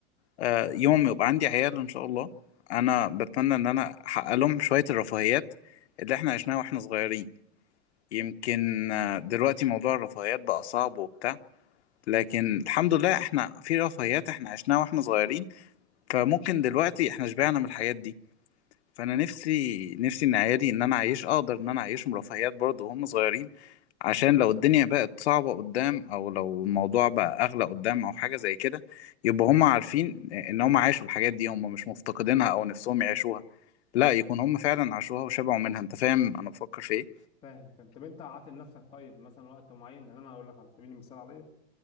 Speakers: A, on the left; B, on the left.
A: آه، يوم ما يبقى عندي عيال ان شاء الله انا بتمنى ان انا احقق لهم شوية الرفاهيات اللي احنا عشناها واحنا صغيرين يمكن آه، دلوقتي موضوع الرفاهيات بقى صعب وبتاع لكن الحمد لله احنا في رفاهيات احنا عشناها واحنا صغيرين فممكن دلوقتي احنا شبعنا من الحاجات دي فانا نفسي نفسي ان عيالي ان انا اعيش اقدر ان انا اعيشهم رفاهيات برضه وهم صغيرين عشان لو الدنيا بقت صعبة قدام او لو الموضوع بقى اغلى قدام او حاجة زي كده يبقى هم عارفين ان هم عاشوا الحاجات دي هم مش مفتقدينها او نفسهم يعيشوها لا يكون هم فعلا عاشوها وشبعوا منها انت فاهم انا بفكر في ايه
B: فاهم فاهم طب انت عاطل لنفسك طيب مثلا وقت معين يعني انا هقول لك على سبيل المثال عليا